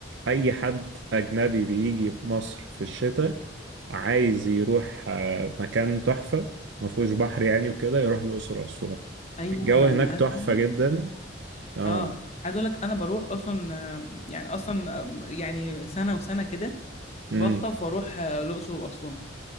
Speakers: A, on the right (about 70°); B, on the left (about 35°).
A: اي حد اجنبي بيجي مصر في الشتاء عايز يروح آه، مكان تحفة مفهوش بحر يعني وكده يروح الأقصر وأسوان
B: ايوه
A: الجو هناك
B: انا عايز
A: تحفة
B: اقول لك
A: جدا اه
B: اه عايز اقول لك انا بروح اصلا آه، يعني اصلا آه، يعني سنه وسنه كده
A: امم
B: بخطف واروح آه، الاقصر واسوان